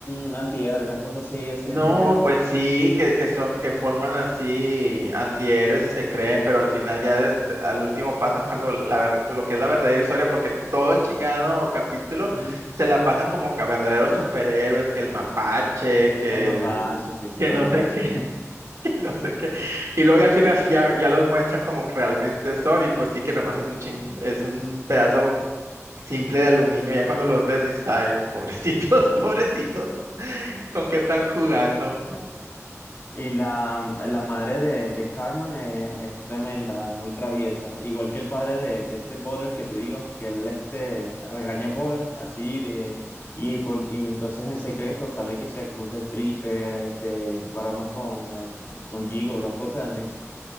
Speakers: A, on the left; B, on the right.
A: un antiebre, una cosa así es-
B: No,
A: en secreto.
B: pues sí, que, que son, que forman así antihéroes y se creen, pero al final ya de- de- al último pasan cuando la ver- lo que es la verdadera historia, porque todo el chingado capítulo
A: Ujú.
B: se la pasan como que a verdaderos superhéroes, que el mapache, que
A: El mapache,
B: el,
A: sí, super
B: que no
A: mapache.
B: sé qué,
A: <laughs>
B: <laughs> que no sé qué. Y luego ya al final ya, ya los muestran como que realmente son, y pues sí que nomás es un ching, es un pedazo simple de aluminio, ya cuando los ves dices, ay, pobrecitos, <laughs> pobrecitos, con que están jugando.
A: Y la, la madre de, de Carmen es, es tremenda, muy traviesa. Igual que el padre de, de este Bowler que te digo, que él este, regaña a Bowlers así de... Y, por, y entonces en secreto sale que sea club de stripper, este, bromas con, eh, con gigolos, cosas así.